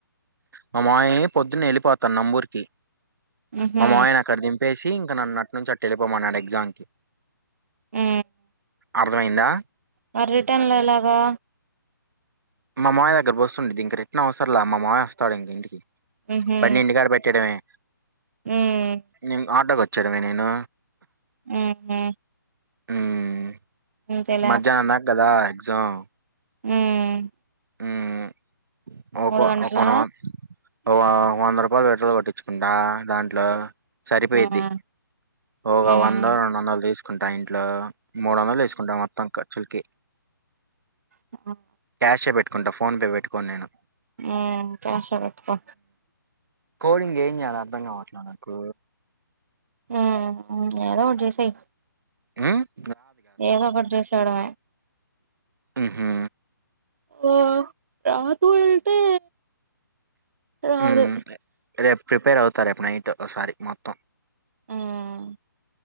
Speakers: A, on the right; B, on the right.
A: మా మామయా పొద్దున్నే ఎల్లిపోతన్నంబూరికి
B: ఊహూ
A: మా మామయను అక్కడ దింపేసి ఇంకా నన్నట్నుంచి అట్ ఎలిపోమాన్నాడు ఎగ్జామ్ కి
B: ఊ
A: అర్థమైందా
B: మరి రిటన్ ఎలాగా
A: మా మామయ దగ్గర బోస్ దింక రిటన్ అవసరం లా మా మామయ వస్తాడు ఇంక ఇంటికి
B: ఊహూ
A: బండి ఇంటికాడ పెట్టయడమే
B: మ్మ్
A: నేమ్ ఆటోకి వచ్చెడమే నేను
B: ఊహూ
A: ఉమ్మ్
B: అంతేలే
A: మధ్యాహ్నం దాక గదా ఎగ్జామ్
B: ఉమ్మ్
A: ఉమ్ ఒకొ
B: గంటలా
A: ఓకున్నావా ఓవ వంద రూపాయలు పెట్రోల్ కొట్టించుగుండా దాంట్లో సరిపోయిద్ది
B: మ్మ్
A: ఒగ
B: మ్మ్
A: వంద రెండు వందలు తీసుకుంటా ఇంట్లో మూడు వందలు తీసుకుంటా మొత్తం ఖర్చుల్కి
B: మ్
A: షే పెట్టుకుంటా ఫోన్ పే పెట్టుకోన్ నేను
B: మ్మ్ క్యాష్ లో పెట్టుకో
A: కోడింగ్ ఏం చేయాలో అర్థం గావట్లే నాకు
B: మ్మ్ ఏదోటి జేసేయ్
A: మ్మ్
B: ఏదో ఒకటి జేసాడమే
A: మ్ హు
B: ఒ రాదు అంటే రాదు
A: మ్ రేపు ప్రిపేర్ అవుతా రేపు నైట్ ఒకసారి మొత్తం
B: మ్మ్